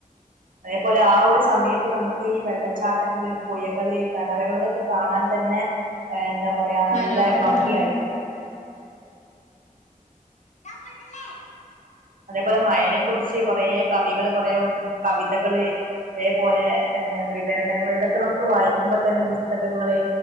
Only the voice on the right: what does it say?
അതേപോലെ ആ ഒരു സമയത്ത് നമുക്ക് ഈ വെള്ളച്ചാട്ടങ്ങള് പുയകള് കിണറകൾക്കൊക്കെ കാണാൻ തന്നെ എന്താ പറയാ നല്ല
ഭംഗിയായി
അതേപോലെ മയനെ കുറിച്ച് കൊറേ കവികള് കൊറേ കവിതകള് അതേപോലെ വിവരണങ്ങള് ഇതൊക്കെ നമുക്ക് വായിക്കുമ്പോ തന്നെ പുസ്തകങ്ങള്